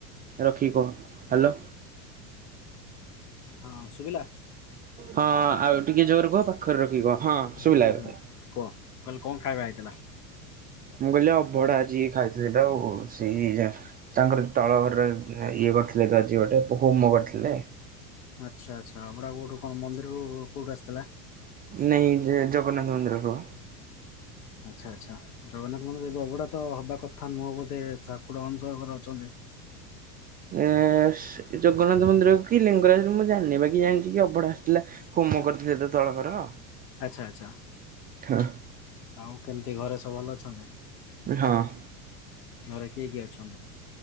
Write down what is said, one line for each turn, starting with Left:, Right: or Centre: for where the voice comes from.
Right: ରଖିକି କହ ହାଲୋ
Left: <inaudible> ହଁ ସୁବିଲା?
Right: ହଁ ଆଉ ଟିକେ ଜୋରେ କୁହ ପାଖରେ ରଖିକି କୁହ। ହଁ ଶୁଭିଲା
Left: ହୁଁ
Right: ଏବେ।
Left: ହୁଁ କହ କାଲି କଣ ଖାଇବା ହେଇଥିଲା?
Right: ମୁଁ କହିଲି ଅଭଡା ଆଜି ଖାଇଥିଲି ତ ଆଉ ସେଇ ଯାହା ତାଙ୍କର ତଳ ଘରରେ ଇଏ କରିଥିଲେ ତ ଆଜି ଗୋଟେ ପୋହୁମ କରିଥିଲେ
Left: ଆଚ୍ଛା ଆଚ୍ଛା ଅଭଡା କୋଉଠୁ କଣ ମନ୍ଦିରରୁ କୋଉଠୁ ଆସିଥିଲା
Right: ନାଇଁ ଜଗନ୍ନାଥ ମନ୍ଦିର ରୁ
Left: ଆଚ୍ଛା ଆଚ୍ଛା ଜଗନ୍ନାଥ ମନ୍ଦିର ଏବେ ଅଭଡା ତ ହବା କଥା ନୁହଁ ବୋଧେ ଠାକୁର ଅଣସର ଘରେ ଅଛନ୍ତି
Right: ଏ ଜଗନ୍ନାଥ ମନ୍ଦିରକୁ କି ଲିଙ୍ଗରାଜରୁ ମୁଁ ଜାଣିନି ବାକି ଜାଣିଛି କି ଅବଡ଼ା ଆସିଥିଲା ହୁମ କରିଥିଲେତ ତଳ ଘର
Left: ଆଚ୍ଛା ଆଚ୍ଛା।
Right: ହଁ।
Left: ଆଉ କେମିତି ଘରେ ସବୁ ଭଲ ଅଛନ୍ତି
Right: ହଁ।
Left: ଘରେ କିଏ କିଏ ଅଛନ୍ତି?